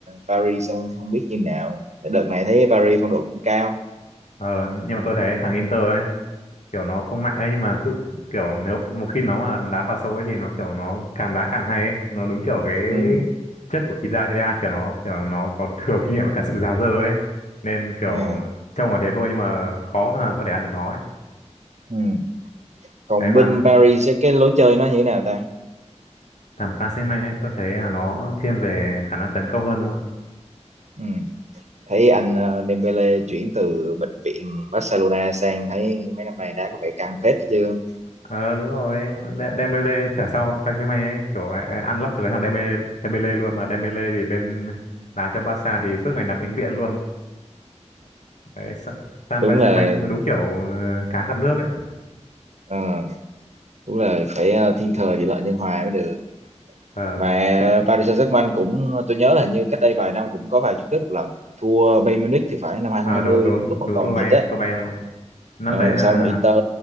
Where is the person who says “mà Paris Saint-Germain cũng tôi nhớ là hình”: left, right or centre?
Right